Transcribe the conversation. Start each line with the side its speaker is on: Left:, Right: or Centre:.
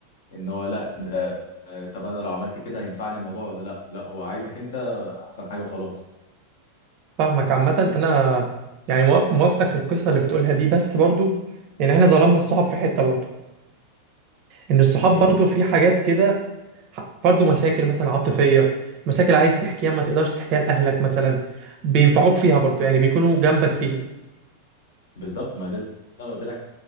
Left: ان هو لا ده آه، طب انا لو عملت كده هينفعني الموضوع ولا لا لا هو عايزك انت احسن حاجه وخلاص
Right: فاهمك عامه انا يعني موا- موافقك القصه اللي بتقولها دي بس برضو يعني احنا ظلمنا الصحاب في حته برضو ان الصحاب
Left: ايه
Right: برضو في حاجات كده برضه مشاكل مثلا عاطفية مشاكل عايز تحكيها ما تقدرش تحكيها لأهلك مثلا بينفعوك فيها برضه يعني بيكونوا جنبك فيها
Left: بالظبط ما ده اللي انا قلت لك